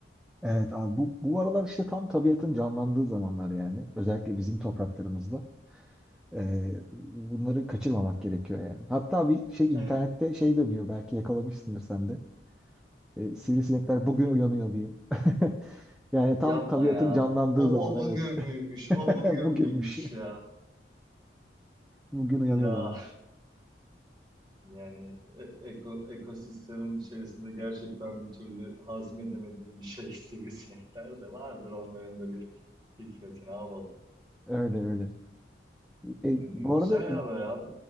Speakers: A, in the centre; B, on the right.
A: Evet abi bu, bu aralar işte tam tabiatın canlandığı zamanlar yani. Özellikle bizim topraklarımızda. Ee, bunları kaçırmamak gerekiyor yani. Hatta bir şey internette
B: E,
A: şey dönüyor belki yakalamışsındır sen de. Ee, sivrisinekler bugün uyanıyor diye. <laughs> Yani
B: yapma
A: tam tabiatın
B: ya.
A: canlandığı
B: O,
A: zaman
B: o bugün
A: evet.
B: müymüş? O bugün
A: <laughs> Bugünmüş.
B: müymüş ya?
A: Bugün uyanıyorlarmış.
B: Ya yani e- eko, ekosistemin içerisinde gerçekten bir türlü hazmedemediğim bir şey <laughs> sivrisinekler de vardır onların da bir hikmeti ne yapalım.
A: <laughs> Öyle öyle. E,
B: Ee,
A: bu
B: Güzel
A: arada
B: haber abi.